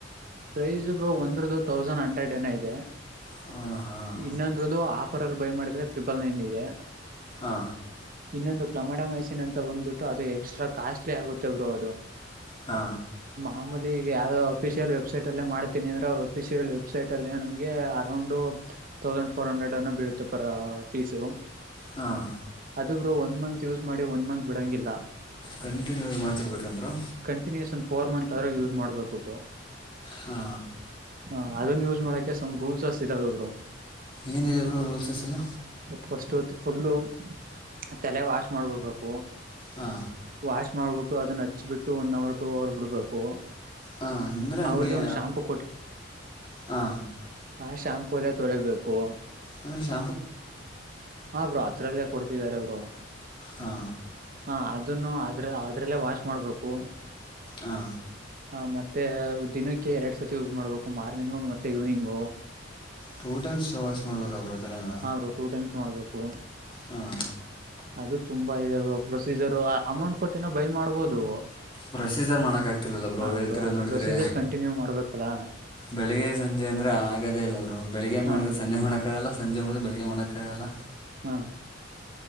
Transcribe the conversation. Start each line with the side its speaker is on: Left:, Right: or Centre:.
Right: ಪ್ರೈಸ್ ಬ ಒಂದ್ರದ್ದ ತೌಸಂಡ್ ಹಂಡ್ರೆಡ್ ನ ಇದೆ
Left: ಹಾಂ ಹಾಂ
Right: ಇನ್ನೊಂದ್ರದ್ದ ಇದು ಆಫರ್ ಅಲ್ಲಿ ಬೈ ಮಾಡಿದ್ರೆ ತ್್ರಿಬಲ್ ನೈನ್ ಇದೆ
Left: ಹಾ
Right: ಇನ್ನೊಂದು ಕ್ಲಮಡ ಮೈಸನ್ ಅಂತ ಬಂದ್ಬಿಟ್ಟು ಅದು ಎಕ್ಸ್ಟ್ರಾ ಕಾಸ್ಟ್ಲಿ ಆಗುತ್ತೇ ಬರು ಅದು
Left: ಹಾ
Right: ಆಮಲಿ ಈಗ ಯಾರೋ ಅಫಿಷಿಯಲ್ ವೆಬ್ಸೈಟ್ ಅ ಮಾಡ್ತೀನಿ ಅಂದ್ರೆ ಅವ್ರರುಫಿಷಿಯಲ್ ವೆಬ್ಸೈಟ್ ಅಲ್ಲಿ ನಮಗೆ ಅರೌಂಡ್ ತೌಸಂಡ್ ಫೋರ್ ಹಂಡ್ರೆಡ್ ಅನ್ನು ಬೀಳುತ್ತೆ ಪರ ಫೀಸು
Left: ಹಾಂ
Right: ಅದುಬ್ರು ಒನ್ ಮಂತ್ ಯೂಸ್ ಮಾಡಿ ಒನ್ ಮಂತ್ ಬಿಡಂಗಿಲ್ಲ
Left: ಕಂಟಿನ್ಯೂ ಆಗಿ ಮಾಡ್ತಿರ್ಬೇಕೇನು bro
Right: continuous one four month ಆದ ಯೂಸ್ ಮಾಡ್ಬೇಕುೊಬ್ರು
Left: ಹಾ
Right: ಹಾ ಅದನ್ ಯೂಸ್ ಮಾಡಕೆ ರೂಲ್ಸ್ಸ್ ಇದಾಗಬ್ರು
Left: ಏನಿದೆ ಅವರು ರೂಲ್ಸಸ್ ಎಲ್ಲ
Right: ಫಸ್ಟು ಫುಲ್ಲು ತಲೆ ವಾಶ್ ಮಾಡಿಬಿಡ್ಬೇಕು
Left: ಹಾ
Right: ವಾ್ಮಾಡಬಿಟ್ಟು ಅದನ್ನ ಹಚ್ಬಿಟ್ಟು ಒಂದ್ ಅವರ್ ಟು ಅವರ್ ಬಿಡ್ಬೇಕು
Left: ಹಾ ಅಂದ್ರೆ ಹಂಗೆ
Right: ಅವ್ರದ್ದೇ ಒಂದ್ ಶಾಂಪೂ
Left: ಹಾ
Right: ಹಾ ಶಾಂಪೂರ ತೊಳಿಬೇಕು
Left: ಅಂದ್ರೆ ಶ
Right: ಹಾ ಬ್ರರು ಅತ್ರರಲ್ಲಯ ಕೊಡ್ತಿದಿದ್ದಾರೆ ಬರು
Left: ಹಾ
Right: ಹ ಅದನ್ನು ಅ್ರ ಅದ್ರಲ್ಲೇ ವಾಶ್ ಮಾಡ್ಬೇಕು
Left: ಹಾ
Right: ಹ ಮತ್ತೆ ದಿನಕ್ಕೆ ಎರಡ್ ಸತಿ ಯೂಸ್ ಮಾಡ್ಬೇಕು ಮಾರ್ನಿಂಗು ಮತ್ತೆ ಈವ್ನಿಂಗು
Left: ಟೂ ಟೈಮ್ಸ್ ವಾಸ್ ಬೇಕ ಅವ್ರರು ಅಲ್ಲ ನ
Right: ಆ ಬ್ರೋ ಟೂ ಟೈಮ್ಸ್ ಮಾಡ್ಬೇಕು
Left: ಹಾಂ
Right: ಅದು ತು ರು ಪ್ರೊಸೀಜರ್ ಅಮೌಂಟ್ ಕೊಟ್ಟನ ಬೈ ಮಾಡ್ಬೋದು
Left: ಬ್ರಸೀ ಸರ್ ಮಾಡಕ್ ಆಗ್ತಿಲಲ್ಲ ಬ್ರೋ
Right: ಹಾ
Left: ಹೇಳ್ತಿರೋ
Right: ಅದ್
Left: ನೋಡಿದ್ರೆ
Right: ಪ್ರೊಸೀಜರ್ ಕಂಟಿನ್ಯೂ ಮಾಡ್ಬೇಕಲ್ಲ
Left: ಬೆಳಿಗ್ಗೆ ಸಂಜೆ ಅಂದ್ರೆ ಆಗದೇ ಇಲ್ಲರು ಬೆಳಿಗ್ಗೆ
Right: ಹ
Left: ಮಾಡಿದ್ರೆ ಸಂಜೆ ಹೊಣಕ್ ಗಲ್ಲ ಸಂಜೆ ಮಾಡಿದ್ರೆ ಬೆಳಗ್ಗೆ ಮಾಡಕ್ಕಾಗಲ್ಲ
Right: ಹಾ